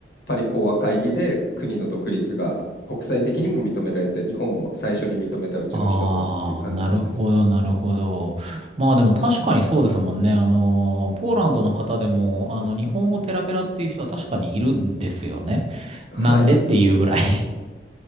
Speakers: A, on the left; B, on the right.
A: パリ講和会議で国の独立が国際的にも認められて日本も最初に認めたうちの一つっていう感じなんですよね。
B: ああ、なるほど、なるほど。まあでも確かにそうですもんね。あの、ポーランドの方でも、あの、日本語ペラペラっていう人は確かにいるんですよね。
A: はい、
B: なんでっていうぐらい。